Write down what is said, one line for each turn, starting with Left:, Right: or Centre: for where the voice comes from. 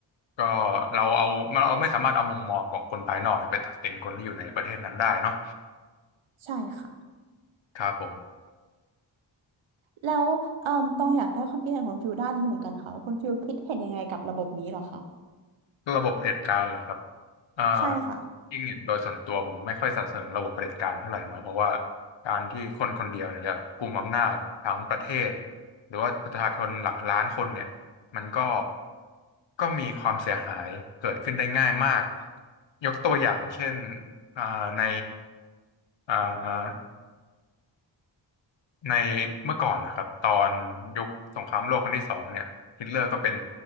Left: ก็เราเอาเราไม่สามารถเอามุมมองของคนภายนอกไปตัดสินคนที่อยู่ในประเทศนั้นได้เนาะ
Right: ใช่ค่ะ
Left: ครับผม
Right: แล้วเอ่อตองอยากได้ความคิดเห็นของฟิลด้านนี้เหมือนกันค่ะว่าคุณฟิลคิดเห็นยังไงกับระบบนี้เหรอคะ
Left: ระบบเผด็จการเหรอครับอ่า
Right: ใช่ค่ะ
Left: จริงเนี่ยโดยส่วนตัวผมไม่ค่อยสนับสนุนระบบเผด็จการเท่าไหร่เนาะเพราะว่าการที่คนคนเดียวเนี่ยจะกุมอำนาจทั้งประเทศหรือว่าประชาชนหลักล้านคนเนี่ยมันก็ก็มีความเสียหายเกิดขึ้นได้ง่ายมาก ยกตัวอย่างเช่นอ่าในอ่า ในเมื่อก่อนนะครับตอนยุคสงครามโลกครั้งที่สองเนี่ยฮิตเลอร์ก็เป็น